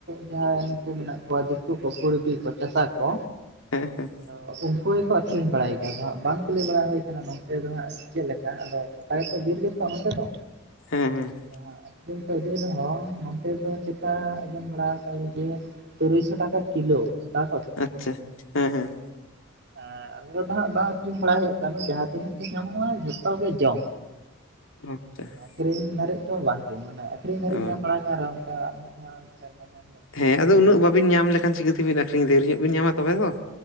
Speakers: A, on the right; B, on the left.
A: ᱡᱟᱦᱟᱸᱭ ᱱᱩᱠᱩ ᱢᱮᱱᱟᱜ ᱠᱚᱣᱟ ᱫᱤᱠᱩ ᱠᱚ ᱠᱩᱲᱵᱤ ᱠᱚ ᱪᱟᱥᱟ ᱠᱚ᱾
B: ᱦᱮᱸ ᱦᱮᱸ
A: ᱛᱚ ᱩᱝᱠᱩ ᱜᱮᱠᱚ ᱟᱹᱠᱷᱨᱤᱧ ᱵᱟᱲᱟᱭ ᱜᱮᱭᱟ ᱟᱫᱚ ᱦᱟᱸᱜ ᱵᱟᱝ ᱠᱩᱞᱤ ᱵᱟᱲᱟ ᱦᱩᱭᱠᱟᱱᱟ ᱱᱚᱱᱛᱮ ᱫᱚ ᱦᱟᱸᱜ ᱪᱮᱜ ᱞᱮᱠᱟ ᱟᱫᱚ ᱜᱚᱴᱟ ᱜᱮᱛᱚ ᱵᱤᱨ ᱜᱮᱛᱚ ᱱᱚᱛᱮ ᱫᱚ᱾
B: ᱦᱮᱸ ᱦᱮᱸ᱾
A: ᱦᱟᱸ ᱟᱹᱠᱷᱨᱤᱧ ᱠᱚ ᱤᱫᱤ ᱨᱮᱦᱚᱸ ᱱᱚᱱᱛᱮ ᱫᱚ ᱪᱮᱠᱟ ᱟᱸᱡᱚᱢ ᱵᱟᱲᱟᱣ ᱠᱟᱜᱼᱟ ᱞᱤᱧ ᱡᱮ ᱛᱩᱨᱩᱭᱥᱚ ᱴᱟᱠᱟ ᱠᱤᱞᱳ᱾ ᱠᱚ
B: ᱟᱪᱪᱷᱟ ᱦᱮᱸ ᱦᱮᱸ᱾
A: ᱟᱸ ᱟᱞᱮ ᱫᱚ ᱦᱟᱸᱜ ᱵᱟᱝ ᱟᱹᱷᱨᱤᱧ ᱵᱟᱲᱟ ᱦᱳᱭᱳᱜ ᱠᱟᱱᱟ ᱡᱟᱦᱟᱸ ᱛᱤᱱᱟᱹᱜ ᱜᱮ ᱧᱟᱢᱚᱜᱼᱟ ᱡᱷᱚᱛᱚ ᱜᱮ ᱡᱚᱢ᱾
B: <unintelligible>
A: ᱟᱹᱠᱷᱨᱤᱧ ᱫᱷᱟᱹᱨᱤᱡ ᱫᱚ ᱵᱟᱝ ᱜᱮ ᱢᱟᱱᱮ ᱟᱹᱠᱷᱨᱤᱧ ᱫᱷᱟᱨᱤᱡ
B: ᱚ
A: ᱧᱟᱢ ᱵᱟᱲᱟᱣ ᱠᱟᱱ ᱨᱮᱦᱚᱸ ᱚᱱᱠᱟ ᱢᱤᱫ ᱫᱷᱟᱣ ᱢᱤᱫ ᱥᱮᱨᱢᱟ ᱧᱟᱢ
B: ᱦᱮᱸ ᱟᱫᱚ ᱩᱱᱟᱹᱜ ᱵᱟᱵᱤᱱ ᱧᱟᱢ ᱞᱮᱠᱷᱟᱱ ᱪᱤᱠᱟᱹᱛᱮᱵᱤᱱ ᱟᱹᱷᱠᱷᱨᱤᱧ ᱰᱷᱮᱨ ᱧᱚᱜ ᱵᱤᱱ ᱧᱟᱢᱟ ᱛᱚᱵᱮ ᱛᱚ᱾